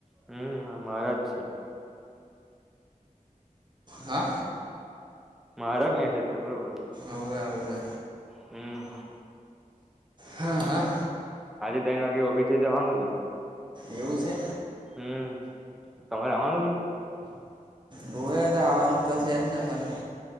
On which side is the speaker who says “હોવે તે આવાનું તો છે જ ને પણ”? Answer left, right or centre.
Right